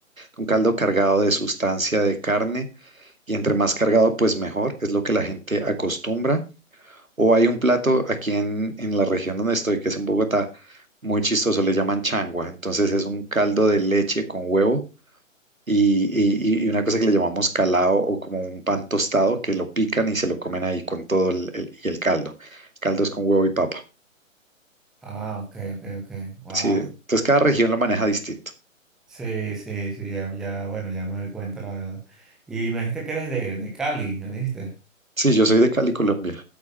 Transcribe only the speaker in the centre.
Ah, ok, ok, ok. Wow.
Sí, sí, sí, ya, ya, bueno, ya me doy cuenta, la verdad. Y me dijiste que eres de, de Cali, ¿me dijiste?